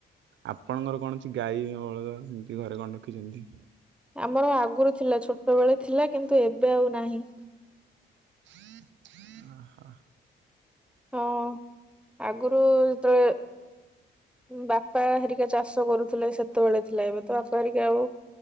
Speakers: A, on the right; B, in the centre.
A: ଆପଣଙ୍କର କଣ ଅଛି ଗାଈ ବଳଦ ସେମିତି ଘରେ କଣ ରଖିଛନ୍ତି?
B: ଆମର ଆଗରୁ ଥିଲା ଛୋଟବେଳେ ଥିଲା କିନ୍ତୁ ଏବେ ଆଉ ନାହିଁ।
A: ଓ ହ।
B: ହଁ ଆଗରୁ ଯେତେବେଳେ ବାପା ହେରିକା ଚାଷ କରୁଥିଲେ ସେତେବେଳେ ଥିଲା ଏବେ ତ ବାପା ହେରିକା ଆଉ